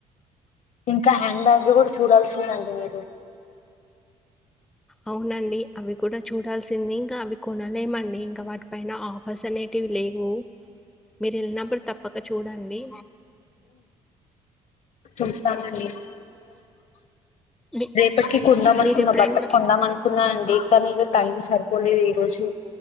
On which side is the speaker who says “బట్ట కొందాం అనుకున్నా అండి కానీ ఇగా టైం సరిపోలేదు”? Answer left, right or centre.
Left